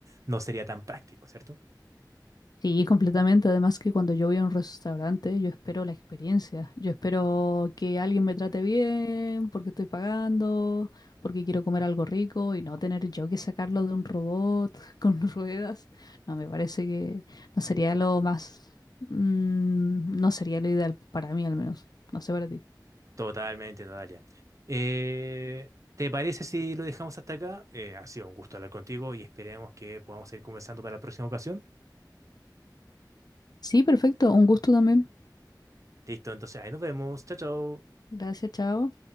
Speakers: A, on the right; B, on the left.
A: no sería tan práctico, ¿cierto?
B: Sí, completamente. Además que cuando yo voy a un restaurante, yo espero la experiencia. Yo espero que alguien me trate bien, porque estoy pagando, porque quiero comer algo rico y no tener yo que sacarlo de un robot <laughs> con ruedas. No, me parece que no sería lo más, mm, no sería lo ideal para mí al menos. No sé para ti.
A: Totalmente, Natalia. Eh, ¿te parece si lo dejamos hasta acá? Eh, ha sido un gusto hablar contigo y esperemos que podamos seguir conversando para la próxima ocasión.
B: Sí, perfecto. Un gusto también.
A: Listo, entonces ahí nos vemos. Chao, chao.
B: Gracias, chao.